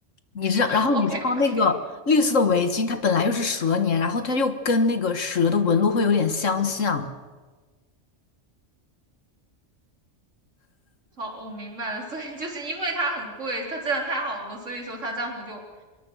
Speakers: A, on the left (about 85°); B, on the right (about 85°).
A: 你知道，
B: 这，OK
A: 然后你知道那个绿色的围巾，
B: OK，
A: 它本来又是蛇年，然后它又跟那个蛇的纹路会有点相像。
B: <laughs> 好，我明白了。所以就是因为它很贵，它质量太好了，所以说她丈夫就